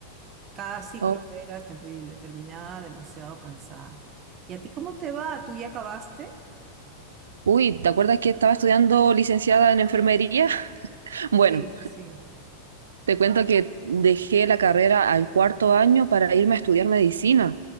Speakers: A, on the right; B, on the right.
A: Cada ciclo
B: Oh,
A: era terrible, terminaba demasiado cansada. ¿Y a ti cómo te va? ¿Tú ya acabaste?
B: Uy, ¿te acuerdas que estaba estudiando licenciada en enfermería? <laughs> Bueno,
A: Sí, sí, sí.
B: Te cuento que dejé la carrera al cuarto año para irme a estudiar medicina.